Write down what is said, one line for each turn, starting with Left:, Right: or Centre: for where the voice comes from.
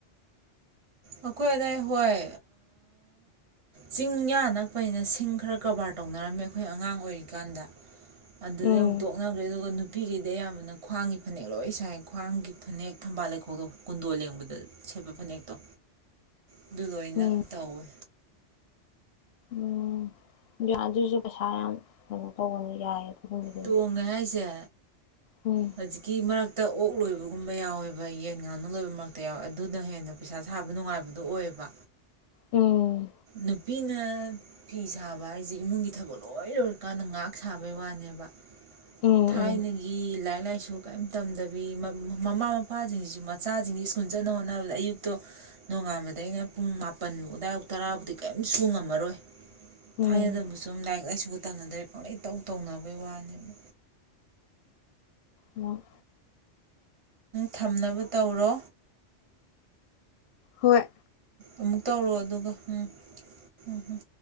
Right: ꯑꯩꯈꯣꯏ ꯑꯗꯥꯏ ꯍꯣꯏ ꯆꯤꯡ ꯌꯥ ꯅꯛꯄꯅꯤꯅ ꯁꯤꯡ ꯈꯔ ꯀꯕꯥꯔ ꯇꯧꯅꯔꯝꯃꯦ ꯑꯩꯈꯣꯏ ꯑꯉꯥꯡ ꯑꯣꯏꯔꯤꯀꯥꯟꯗ ꯑꯗꯨꯗꯤ
Left: ꯎꯝ
Right: ꯑꯃꯨꯛ ꯇꯣꯛꯅꯕ꯭ꯔꯦ ꯑꯗꯨꯒ ꯅꯨ ꯅꯨꯄꯤꯈꯩꯗ ꯑꯌꯥꯝꯕꯅ ꯈ꯭ꯋꯥꯡꯒꯤ ꯐꯅꯦꯛ ꯂꯣꯏ ꯁꯥꯏ ꯈ꯭ꯋꯥꯡꯒꯤ ꯐꯅꯦꯛ ꯊꯝꯕꯥꯜ ꯂꯩꯈꯣꯛꯗꯣ ꯀꯨꯟꯗꯣꯜ ꯂꯦꯡꯕꯗ ꯁꯦꯠꯄ ꯐꯅꯦꯛꯇꯣ ꯑꯗꯨ ꯂꯣꯏꯅ
Left: ꯎꯝ
Right: ꯇꯧꯋꯤ
Left: ꯎꯝ ꯏꯟꯗꯤꯌꯥ ꯑꯗꯨꯁꯨ ꯄꯩꯁꯥ ꯌꯥꯝ ꯀꯩꯅꯣ ꯇꯧꯕꯒꯅꯤ ꯌꯥꯏ ꯑꯗꯨꯒꯨꯝꯕꯗꯨꯁꯨ
Right: ꯇꯣꯡꯉꯦ ꯍꯥꯏꯁꯦ
Left: ꯎꯝ
Right: ꯍꯧꯖꯤꯛꯀꯤ ꯃꯔꯔ ꯍꯛꯇ ꯑꯣꯛ ꯂꯣꯏꯕꯒꯨꯝꯕ ꯌꯥꯎꯋꯦꯕ ꯌꯦꯟ ꯉꯥꯅꯨ ꯂꯣꯏꯕ ꯃꯔꯛꯇ ꯌꯥꯎꯋꯦ ꯑꯗꯨꯅ ꯍꯦꯟꯅ ꯄꯩꯁꯥ ꯁꯥꯕ ꯅꯨꯡꯉꯥꯏꯕꯗꯨꯣ ꯑꯣꯏꯑꯕ
Left: ꯎꯝ
Right: ꯅꯨꯄꯤꯅ ꯐꯤ ꯁꯥꯕ ꯍꯥꯏꯁꯦ ꯏꯃꯨꯡꯒꯤ ꯊꯕꯛ ꯂꯣꯏ ꯂꯣꯏꯔꯀꯥꯟꯗ ꯉꯍꯥꯛ ꯁꯥꯕꯩ ꯋꯥꯅꯦꯕ
Left: ꯎꯝ
Right: ꯊꯥꯏꯅꯒꯤ
Left: ꯎꯝ
Right: ꯂꯥꯏ ꯂꯥꯏꯔꯤꯛ ꯂꯥꯏꯁꯨ ꯀꯔꯤꯝ ꯇꯝꯗꯕꯤ ꯃꯃꯥ ꯃꯄꯥꯁꯤꯡꯁꯤꯁꯨ ꯃꯆꯥꯁꯤꯡꯁꯤ ꯁ꯭ꯀꯨꯜ ꯆꯠꯅ ꯍꯣꯠꯅꯕꯗ ꯑꯌꯨꯛꯇꯣ ꯅꯣꯡꯉꯥꯟꯕꯗ ꯑꯩꯅ ꯄꯨꯡ ꯃꯥꯄꯟꯃꯨꯛ ꯑꯗꯥꯏ ꯇꯔꯥꯕꯨꯗꯤ ꯀꯔꯤꯝ ꯁ ꯉꯝꯃꯔꯣꯏ
Left: ꯎꯝ
Right: ꯐꯥꯏꯦꯗꯕꯨꯁꯨ ꯁ ꯂꯥꯏ ꯇꯅ ꯗꯥꯏꯔ ꯀꯩ ꯇꯧ ꯇꯧꯅꯕꯩ ꯋꯥꯅꯦꯕ
Left: ꯎꯝ
Right: ꯊꯝꯅꯕ ꯇꯧꯔꯣ
Left: ꯍꯣꯏ
Right: ꯑꯃꯨꯛ ꯇꯧꯔꯑꯣ ꯑꯗꯨꯒ ꯎꯝ ꯎꯝꯝ